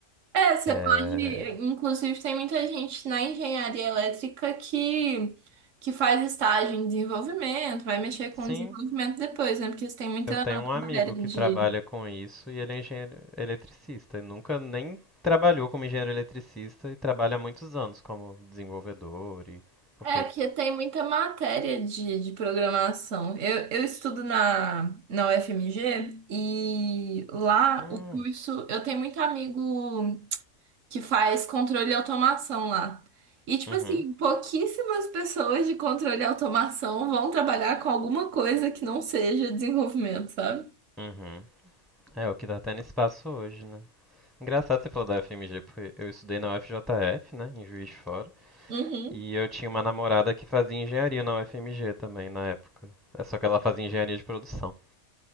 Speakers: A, on the right; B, in the centre.
A: É, você
B: É,
A: pode. Inclusive, tem muita gente na engenharia elétrica que, que faz estágio em desenvolvimento, vai mexer com
B: Sim,
A: desenvolvimento depois, né? Porque você tem muita
B: eu tenho um amigo
A: matéria de.
B: que trabalha com isso e ele é engenheiro eletricista, e nunca nem trabalhou como engenheiro eletricista e trabalha há muitos anos como desenvolvedor e porque
A: É, porque tem muita matéria de, de programação. Eu, eu estudo na, na UFMG e lá
B: Hum,
A: o curso. Eu tenho muito amigo que faz controle e automação lá. E, tipo
B: uhum,
A: assim, pouquíssimas pessoas de controle e automação vão trabalhar com alguma coisa que não seja desenvolvimento, sabe?
B: uhum. É o que tá tendo espaço hoje, né? Engraçado você falar da FMG, porque eu estudei na UFJF, né, em Juiz de Fora,
A: Uhum.
B: e eu tinha uma namorada que fazia engenharia na UFMG também, na época. É só que ela fazia engenharia de produção.